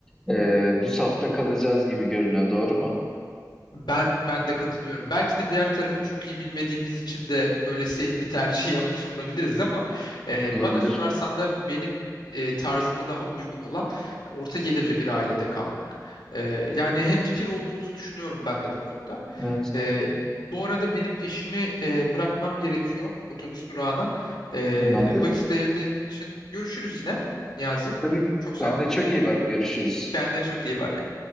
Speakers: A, in the centre; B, on the left.
A: e, bu safta kalacağız gibi görünüyor. Doğru mu?
B: Ben ben de katılıyorum. Belki de diğer tarafı çok iyi bilmediğimiz için de böyle safe bir tercih <laughs> yapmış olabiliriz ama e,
A: Olabilir.
B: bana sorarsan da benim e, tarzıma daha uygun olan orta gelirli bir ailede kalmak. E, yani hemfikir olduğumuzu düşünüyorum ben de bu konuda.
A: Evet.
B: E, bu arada benim eşimi e, bırakmam gerekiyor otobüs durağına. E,
A: Tamamdır.
B: vakit ayırdığın için görüşürüz yine Niyazi.
A: Tabii
B: Çok sağ
A: kendine
B: ol.
A: çok iyi bak. Görüşürüz.
B: Kendine çok iyi bak.